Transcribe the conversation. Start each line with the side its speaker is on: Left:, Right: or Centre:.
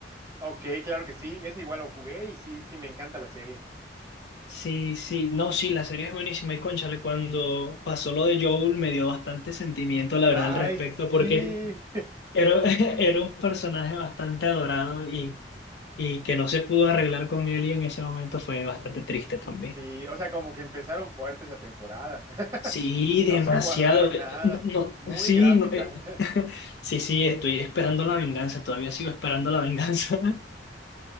Right: Ok, claro que sí, ese igual lo jugué y sí, sí, me encanta la serie.
Left: Sí, sí, no, sí, la serie es buenísima y cónchale, cuando pasó lo de Joel me dio bastante sentimiento, la verdad,
Right: Ay,
Left: al respecto,
Right: sí.
Left: porque era, <laughs> era un personaje bastante adorado y, y que no se pudo arreglar con él y en ese momento fue bastante triste también.
Right: Sí, o sea, como que empezaron fuerte esa temporada. <laughs>
Left: Sí, demasiado.
Right: No se guardaron
Left: eh,
Right: nada.
Left: No, no,
Right: Muy
Left: sí,
Right: gráfica.
Left: no, eh,
Right: <laughs>
Left: <laughs> sí, sí, estoy esperando la venganza, todavía sigo esperando la venganza, <laughs>